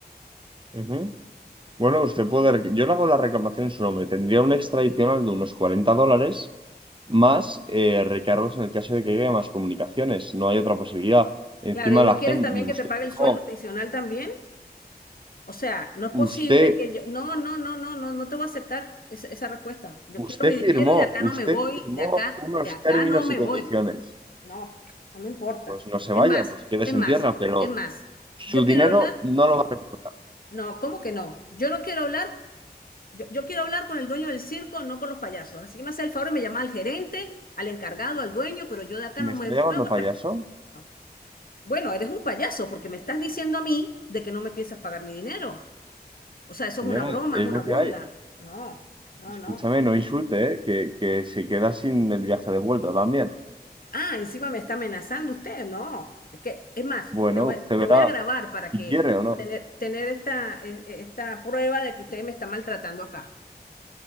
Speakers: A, on the right; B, on the left.
A: Ujú. Bueno, usted puede. rec- Yo le hago la reclamación en su nombre. Tendría un extra adicional de unos 40 dólares más eh, recargos en el caso de que llegue más comunicaciones. No hay otra posibilidad. Encima
B: Claro, y
A: la
B: no quieres
A: gente.
B: también
A: Usted
B: que te pague
A: firmó.
B: el sueldo adicional también. O sea, no es posible
A: Usted,
B: que yo, no, no, no, no, no, no te voy a aceptar esa, esa respuesta. Yo
A: usted
B: quiero mi
A: firmó.
B: dinero y de acá
A: Usted
B: no me voy,
A: firmó
B: de acá,
A: unos
B: de acá
A: términos
B: no me
A: y condiciones.
B: voy. No, no me importa.
A: Pues no se
B: Es
A: vaya,
B: más,
A: pues quédese
B: es más,
A: en tierra, pero
B: es más.
A: su
B: Yo
A: dinero
B: quiero hablar,
A: no
B: sí.
A: lo va a recuperar.
B: No, ¿cómo que no? Yo no quiero hablar, yo, yo quiero hablar con el dueño del circo, no con los payasos. Así que me hace el favor y me llama al gerente, al encargado, al dueño, pero yo de acá
A: ¿Me
B: no
A: está
B: me muevo
A: llamando
B: hasta
A: payaso?
B: que... no. Bueno, eres un payaso porque me estás diciendo a mí de que no me piensas pagar mi dinero. O sea, eso
A: Señora,
B: es una broma,
A: es
B: es una
A: lo que
B: burla.
A: hay.
B: No, no,
A: Escúchame,
B: no.
A: no insulte, ¿eh? Que, que se queda sin el viaje de vuelta también.
B: Ah, encima me está amenazando usted. No, es que, es más,
A: Bueno,
B: te voy,
A: usted
B: te
A: verá.
B: voy a grabar para
A: si
B: que
A: quiere o no.
B: tener, tener esta, e- e- esta prueba de que usted me está maltratando acá.